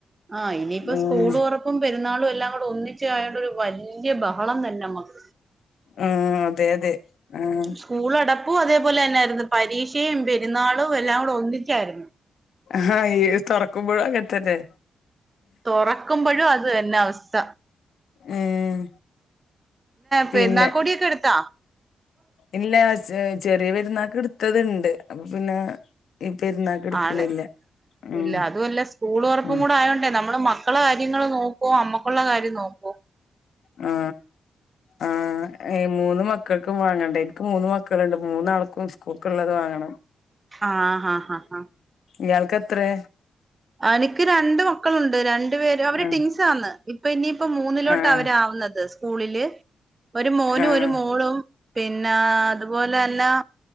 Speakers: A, on the right; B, on the left.
A: ആ ഇനിയിപ്പോ
B: ഉം
A: സ്കൂൾതൊറപ്പും പെരുന്നാളുവെല്ലാം ഒന്നിച്ചായൊണ്ടൊരു വല്ല്യ ബ <unintelligible> നമ്മക്ക്
B: ആഹ് അതെ അതെ ആഹ്
A: സ്കൂള അടപ്പും അതേപോലെ തന്നൊയിരുന്നു പരീക്ഷയും പെരുന്നാളും എല്ലാം കൂടെ ഒന്നിച്ചായിരുന്നു
B: ഹയോ തുറ കുമ്പഴ എത്തെത്തെ
A: തുറക്കുമ്പോഴും അത് തന്നെ അവസ്ഥ
B: ഉം
A: പെണകടിയക്കെടുത്ത
B: പിന്നെ ഇല്ല ച്ച് ചെറിയ പെരുന്നക്ക് എടുത്തത്ണ്ട് അപ്പൊ പിന്നെ ഈ പെരുന്നാക്ക് എടുക്കണില്ല
A: ആണ്
B: ഉം
A: ഇല്ല അതുമല്ല സ്കൂൾ ഉറപ്പും
B: ഉം
A: കൂടെ ആയോണ്ടേ നമ്മള് മക്കളെ കാര്യങ്ങള് നോക്കോ അമ്മക്കുള കാര്യം നോക്കോ
B: ആ ആ മൂന്ന് മക്കൾക്കും വാങ്ങണ്ട എനിക്ക് മൂന്ന് മക്കളുണ്ട് മൂന്നാൾക്കും സ്കൂൾക്കള്ളത് വാങ്ങണം
A: ആഹ് ആഹ് ഹാ ഹാ
B: യാൾക്കത്രേ
A: എനിക്ക് രണ്ട് മക്കളുണ്ട് രണ്ട് <unintelligible> അവര്
B: ആഹ്
A: ടിങ്സ് ആണ് ഇപ്പോൾ ഇനി ഇപ്പോ മൂന്നിലോട്ട്
B: ആഹ്
A: അവരവുന്നത് സ്കൂളില് ഒരു മോനും
B: ആഹ്
A: ഒരു മോളും പിന്നെ അതുപോലല്ല